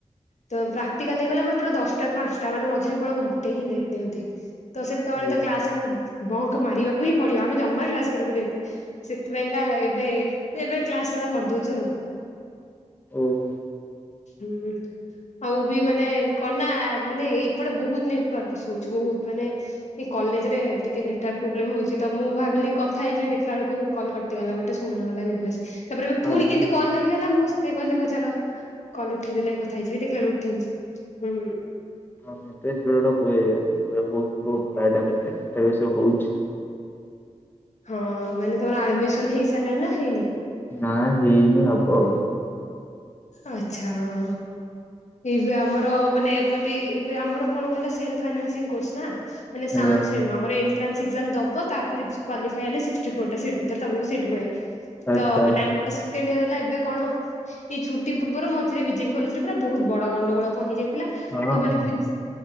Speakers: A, on the left; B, on the left.
A: ତ ପ୍ରାକ୍ଟକାଲ ହେଇଗଲେ ଆମର ପୁରା ଦଶଟାରୁ ପାଞ୍ଚଟା, ମାନେ ମଝିରେ କେବଳ ଘଣ୍ଟେ ହିଁ ବ୍ରେକ ଦିଅନ୍ତି। ତ ସେତେବେଳେ
B: ଆଜ୍ଞା।
A: ତ କ୍ଲାସ ଆମେ ବଙ୍କ ମାରିବାକୁ ହିଁ ପଡିବ, ଆମେ ଜମା କ୍ଲାସ କରିବୁନି ଏତେ ସେଥିପାଇଁ ଏଟା ଏବେ ଏବେ କ୍ଲାସ ଭଳିଆ କରିଦଉଛୁ।
B: ଓହୋ।
A: ହୁଁ। ଆଉ ବି ମାନେ କଣନା ମାନେ ଏଇପଟେ ବହୁତ ନେଟୱାର୍କ ଇଶୁ ହଉଛି ବହୁତ ମାନେ ଏ କଲେଜରେ ଟିକେ ନେଟୱାର୍କ ପ୍ରୋବ୍ଲେମ ହଉଛି ତ, ମୁଁ ଭାବିଲି କଥା ହେଇଯିବି ଦେଖିଲା ବେଳକୁ କଲ୍ କଟ୍ ଗଲା ଗୋଟେ ଶୁଣାଗଲାନି ଭଏସ ତାପରେ ଏବେ ପୁଣି
B: ହଁ,
A: କେମିତି କଲ ଲାଗିଗଲା ମୁଁ ସେଥିପାଇି କହଲି ହଉ ଚାଲ କଲ ଉଠେଇ ଦେଲେ କଥା ହେଇଯିବି, ଦେଖିଲା ଉଠେଇଲେ ହୁଁ।
B: ହଁ <inaudible> ହୁଏ ବହୁ ପ୍ରାୟ ଟାଇମ୍ ହଉଛି।
A: ହଁ ମାନେ ତମର ଆଡମିସନ ହେଇସାରିଲାଣି ନା ହେଇନି?
B: ନା ହେଇନି ହବ ଆଉ।
A: ଆଛା ହଁ ଏବେ ଆମର ମାନେ ଏବେ ବି ଏବେ ଆମର କଣ କହିଲ ସେଲଫାଇନାନ୍ସିଂ କୋର୍ସ୍ ନା। ମାନେ
B: ଆଜ୍ଞା
A: ସାମସରେ ନୁହ ଆମର ଇନ ଟ୍ରାନ୍ସ ଏକ୍ସାମ ଦବ ତାପରେ କ୍ୱାଲିଫାଇ ହେଲେ ସିକ୍ସଟି ଫୋରଟା ସିଟ୍ ଭିତରେ ତମକୁ ସିଟ୍ ମିଳେ।
B: ଆଚ୍ଛା
A: ତ ମାନେ
B: ଆଚ୍ଛା।
A: ଆମର ସେକେଣ୍ଡେଇୟର ହେଲା। ଏବେ କଣ? ଏଇ ଛୁଟି ପୂର୍ବରୁ ମଝିରେ ବିଜେପି କଲେଜରେ ପୁରା ବହୁତ ବଡ ଗଣ୍ଡଗୋଳକ ହେଇଯାଇଥିଲା,
B: ହଁ
A: ତ
B: ହଁ
A: ମାନେ ପ୍ରିନସି